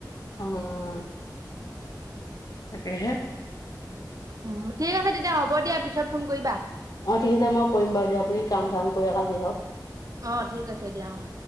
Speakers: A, on the left; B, on the right.
A: অ'। তাকে হে।
B: উম, ঠিক আছে তেতিয়া। হ'ব দিয়া। পিছত ফোন কৰিবা।
A: অ' ঠিক আছে। মই কৰিম বাৰু দিয়ক। আপুনি কাম-চাম কৰি আজৰি হওঁক।
B: অ' ঠিক আছে দিয়া অ'।